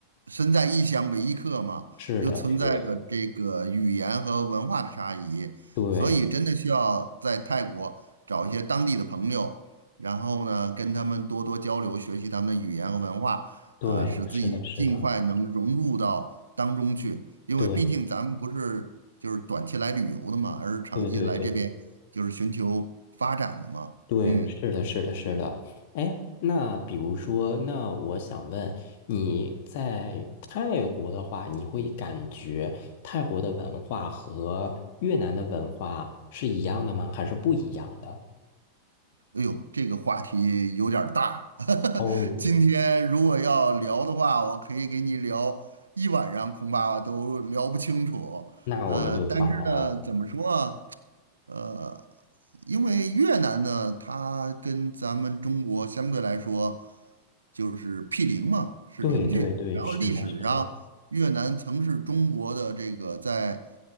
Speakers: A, on the right; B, on the left.
A: 身在异乡为异客嘛，
B: 是的，
A: 又存在着这个语言和文化的差异，
B: 是的，对
A: 所以真的需要在泰国找一些当地的朋友，然后呢，跟他们多多交流，学习他们的语言和文化，
B: 对，
A: 呃，使自己尽快能融入到当中去，
B: 是的，是的，
A: 因为毕竟咱们不是就是短期来旅游的嘛，
B: 对
A: 而是长期来这边。
B: 对对对
A: 就是寻求发展的嘛。
B: 对，
A: 嗯，
B: 是的，是的，是的。哎，那比如说，那我想问你在泰国的话，你会感觉泰国的文化和越南的文化是一样的吗？还是不一样的？
A: 哎呦，这个话题有点儿大，<laughs>
B: 哦，
A: 今天如果要聊的话，我可以给你聊一晚上，恐怕都聊不清楚。
B: 那我们就换成了。
A: 呃，但是呢，怎么说啊？呃，因为越南呢，它跟咱们中国相对来说就是毗邻嘛，是邻居。
B: 对对对，
A: 然后历史上，
B: 是的，是的。
A: 越南曾是中国的这个在